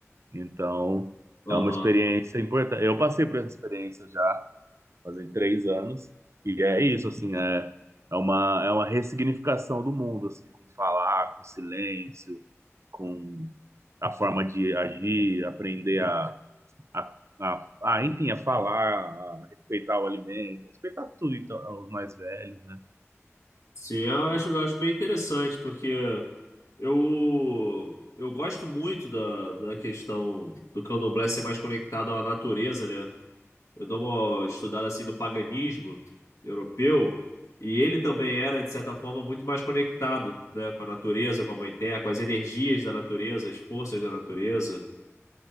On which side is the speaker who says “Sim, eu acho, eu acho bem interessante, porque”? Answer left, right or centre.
Left